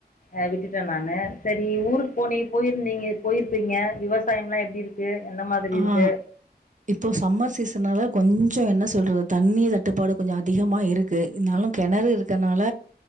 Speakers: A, on the left; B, on the right.
A: எ விட்டுட்ட நானு செரி ஊருக்கு போனி போயிருந்தீங்க போயிருப்பீங்க விவசாயம் எல்லா எப்டி இருக்கு என்ன மாதிரி
B: ஆ
A: இருக்கு
B: இப்போ சம்மர் சீசனால கொஞ்சோ என்ன சொல்றது தண்ணீர் தட்டுப்பாடு கொஞ்சோ அதிகமா இருக்கு இருந்தாலு கிணறு இருக்கனால